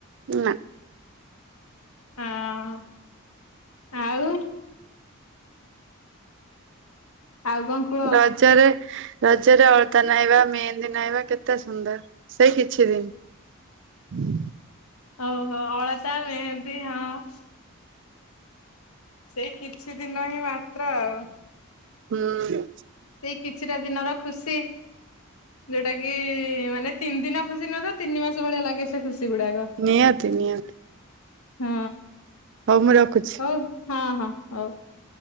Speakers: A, on the right; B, on the left.
A: ନା।
B: ହଁ ଆଉ। ଆଉ କଣ କୁହ।
A: ରଜରେ ରଜରେ ଅଳତା ନାଇବା ମେହେନ୍ଦୀ ନାଇବା କେତେ ସୁନ୍ଦର ସେଇ କିଛି ଦିନ।
B: ହଉ। ହଉ ଅଳତା ମେହେନ୍ଦୀ ହଁ। ଛି। ସେଇ କିଛି ଦିନ ହିଁ ମାତ୍ର ଆଉ।
A: ହୁଁ।
B: ସେଇ କିଛିଟା ଦିନର ଖୁସି ଯୋଉଟା କି ମାନେ ତିନି ଦିନ ଖୁସି ନ ଥାଉ ତିନି ମାସ ଭଳିଆ ଲାଗେ ସେ ଖୁସି। ଗୁଡାକ।
A: ନିହାତି ନିହାତି।
B: ହଁ।
A: ହଉ ମୁଁ ରଖୁଛି।
B: ହଉ ହଁ ହଁ ହଉ।